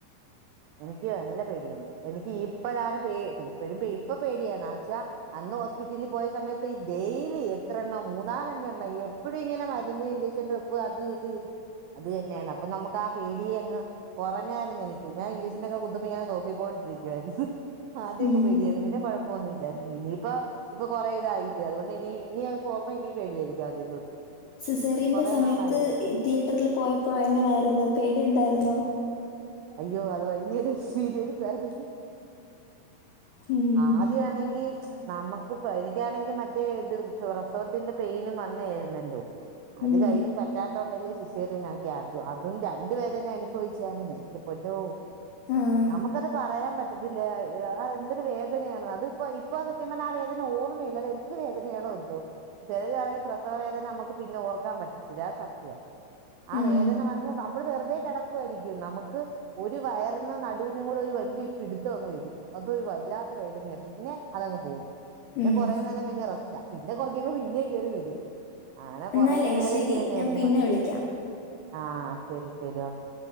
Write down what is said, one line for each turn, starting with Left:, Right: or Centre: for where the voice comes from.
Right: എനിക്ക് നല്ല പേടിയുണ്ട് എനിക്ക് ഇപ്പഴാണ് പേ ഇപ്പഴും പേ ഇപ്പം പേടിയാണ് ആച്ച അന്ന് ഹോസ്പിറ്റലിൽ പോയ സമയത്ത് ഈ ഡെയിലി എത്രണ്ണം മൂന്നാലഞ്ചെണ്ണം എ എപ്പോഴും ഇങ്ങനെ മരുന്ന് ഇൻജക്ഷൻട്രിപ്പ് അത് ഇത് ഇത് അത് തന്നെയാണ് അപ്പം നമ്മുക്ക് ആഹ് പേടിയെ അങ്ങ് കുറഞ്ഞായിരുന്നു എനിക്ക് ഞാൻ ഇൻജക്ഷനോക്കെ കുത്തുമ്പോ ഇങ്ങനെ നോക്കിക്കൊണ്ടിരിക്കുവായിരുന്നു ആദ്യോക്കെ
Left: ഉം.
Right: പേടിയായിരുന്നു പിന്നെ കോഴപ്പോന്നും ഇല്ലായിരുന്നു ഇനിയിപ്പോ ഇപ്പൊ കൊറെ ഇതായില്ലെ അതുകൊണ്ട് ഇനി ഇനി പോകുമ്പോ ഇനിയും പേടിയായിരിക്കും ആദ്യം തൊട്ട്
Left: സിസേറിയന്റെ
Right: കൊറേ
Left: സമയത്ത്
Right: നാളായല്ലോ
Left: തിയേറ്ററിൽ പോയപ്പോ എങ്ങനായിരുന്നു പേടിയുണ്ടായിരുന്നോ
Right: അയ്യോ അത് വലിയൊരു എക്സ്പീരിയൻസ് ആയിരുന്നു
Left: ഉം.
Right: ആദ്യാണെങ്കിൽ നമുക്ക് എനിക്കാണെങ്കി മറ്റേ ഇത് പ്രസവത്തിന്റെ പെയിനും വന്നേയായിരുന്നല്ലോ അത്
Left: ഉം.
Right: കഴിഞ്ഞ് പറ്റാത്തതൊണ്ടല്ലേ സിസേറിയനാക്കിയെ അതും അതും രണ്ട് വേദന അനുഭവിച്ചേണ് ഞാൻ ഇന്റെ പൊന്നോ
Left: ആഹ്.
Right: നമുക്കത് പറയാൻ പറ്റത്തില്ല ആ എന്തൊരു വേദനയാണ് അതിപ്പോ ഇപ്പോസത്യം പറഞ്ഞാ ആ വേദന ഓർമ്മയില്ല അത് എന്തൊരു വേദനയാണോ എന്തോ ചിലരാരേയും പ്രസവേദന നമുക്ക് പിന്നെ ഓർക്കാൻ പറ്റത്തില്ല അത് സത്യ ആ
Left: ഉം.
Right: വേദന വന്ന് നമ്മൾ വെറുതെ കിടക്കുവായിരിക്കും നമു ക്ക്ഒരു വയറിനും നടുവിനും കൂടെ ഒരു വലിയൊരു പിടുത്തം അങ്ങ് വരും അതൊരു വല്ലാത്ത വേദനയ പിന്നെ അതങ്ങ് പോകും പിന്നെ
Left: ഉം.
Right: കുറേ നേരം കഴിഞ്ഞ റസ്റ്റ പിന്നെ കുറച്ച് കയിഞ്ഞ് പിന്നേ കേറി വരും അങ്ങന കൊറേ
Left: എന്നാലേ
Right: നേരം
Left: ശരി.
Right: ഇത് തന്നെയായിരുന്നു
Left: ഞാൻ പിന്നെ
Right: പണി
Left: വിളിക്കാം.
Right: ആ ശരി ശരി ഓക്കെ